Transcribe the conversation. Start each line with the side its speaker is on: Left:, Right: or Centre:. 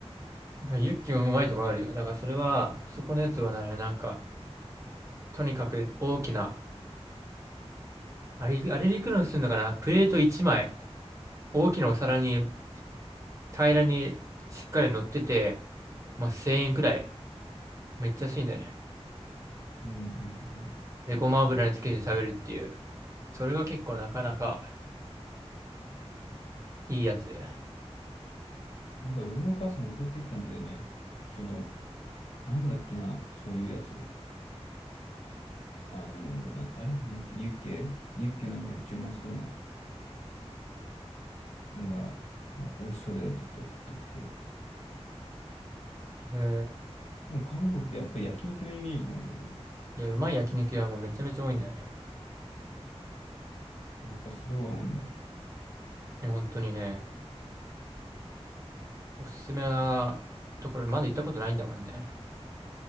Right: ユッケもうまいとこあるよ。だからそれは、そこのやつはね、なんか、とにかく大きな、あれ、あれでいくらするのかなプレート1枚、大きなお皿に平らにしっかり乗ってて、まあ、1000円くらい。めっちゃ安いんだよね。
Left: うんうんうん。
Right: で、ごま油につけて食べるっていう。それが結構なかなかいいやつ。え
Left: なんか俺のお母さん送ってきたんだよね。その、なんだっけな、そういうやつ。あの、な、あれなんだっけユッケユッケなんかめっちゃうまそうなのが、あ、美味しそうだよって言って送ってきて。
Right: ー
Left: もう韓国ってやっぱり焼肉のイメージもあるんだけど、
Right: いや、うまい焼肉屋もめちゃめちゃ多いんだよね。
Left: やっぱそれは多いんだ。
Right: いや本当にね。おすすめなところまだ行ったことないんだもんね。